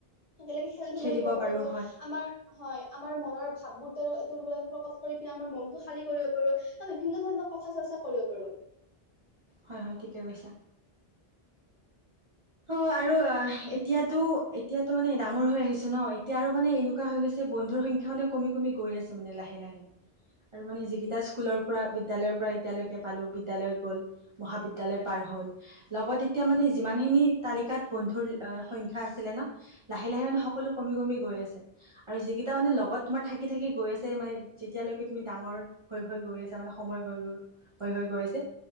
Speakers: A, on the left; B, on the right.
A: একেলগে খেলধেমালি
B: খেলিব
A: কৰিব পাৰো
B: হয়
A: আমাৰ হয়, আমাৰ মনৰ ভাব বোৰ তেওঁওলোকক প্ৰকট কৰি পিনে আমাৰ মনতটো খালী কৰিব পাৰো বা বিভিন্ন ধৰণৰ কথা চৰ্চা কৰিব পাৰো
B: হয়, হয়, ঠিকে কৈছা অ, আৰু এতিয়াতো-এতিয়াতো মানে ডাঙৰ হৈ আহিছ ন এতিয়া আৰু মানে এনেকুৱা হৈ গৈছে বন্ধুৰ সংখ্যা মানে কমি-কমি গৈ আছে মানে লাহে-লাহে আৰু মানে যিকেইটা স্কুলৰ পৰা বিদ্যালয়ৰ পৰা এতিয়ালৈকে পালো বিদ্যালয় গ'ল মহাবিদ্যালয় পাৰ হ'ল লগত এতিয়া মানে যিমানখিনি তালিকাত বন্ধু হৈ হৈ গৈ আছে